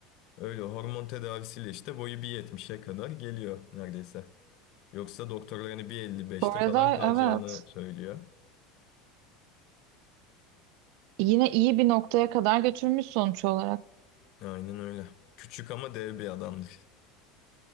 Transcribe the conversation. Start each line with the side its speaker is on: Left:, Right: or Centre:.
Left: Öyle hormon tedavisiyle işte boyu 1.70'e kadar geliyor neredeyse. Yoksa doktorlar hani bir elli beşte
Right: Bu arada
Left: falan kalacağını
Right: evet.
Left: söylüyor.
Right: Yine iyi bir noktaya kadar götürmüş sonuç olarak.
Left: Aynen öyle. Küçük ama dev bir adamdır.